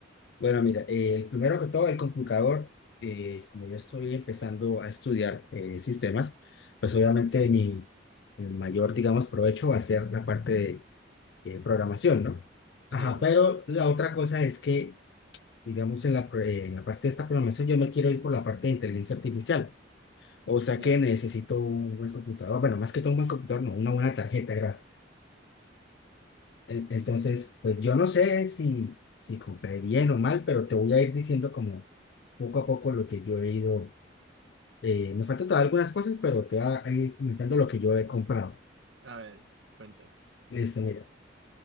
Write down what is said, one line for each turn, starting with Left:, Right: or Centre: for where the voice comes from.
Left: Bueno, mira, eh, primero que todo, el computador, eh, como yo estoy empezando a estudiar eh, sistemas, pues obviamente
Right: Ujú.
Left: mi el mayor, digamos, provecho va a ser la parte de eh, programación, ¿no? Ajá,
Right: Sí,
Left: pero la otra cosa es que digamos, en la, pro- en la parte de esta programación, yo me quiero ir por la parte de inteligencia artificial. O sea
Right: ya.
Left: que necesito un buen computador. Bueno, más que todo un buen computador, no, una buena tarjeta gráfica. En- Entonces, pues yo no sé si, si compré bien o mal, pero te voy a ir diciendo como poco a poco lo que yo he ido. eh, me faltan todavía algunas cosas, pero te voy a ir comentando lo que yo he comprado.
Right: A ver, cuéntame.
Left: Listo, mira.